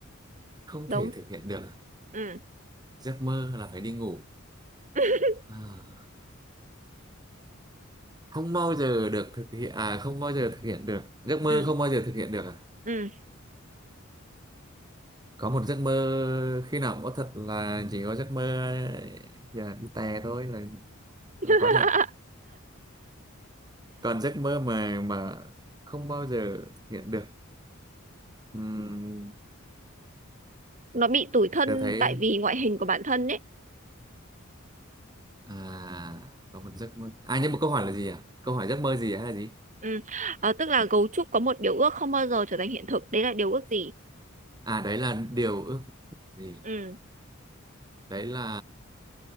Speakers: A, on the right; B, on the right.
A: không
B: đúng
A: thể thực hiện được à?
B: ừ
A: giấc mơ là phải đi ngủ
B: <laughs>
A: à. không bao giờ được thực hiện à không bao giờ thực hiện được giấc mơ
B: ừ
A: không bao giờ thực hiện được à
B: ừ
A: có một giấc mơ khi nào cũng có thật là chỉ có giấc mơ giờ đi tè thôi là là có
B: <laughs>
A: thật còn giấc mơ mà mà không bao giờ thực hiện được uhm,
B: nó bị tủi thân
A: tôi thấy
B: tại vì ngoại hình của bản thân ấy
A: à có một giấc mơ à nhưng mà câu hỏi là gì à câu hỏi giấc mơ gì hay là gì
B: ừ Ờ, tức là gấu trúc có một điều ước không bao giờ trở thành hiện thực đấy là điều ước gì
A: à đấy là điều ước gì
B: ừ
A: đấy là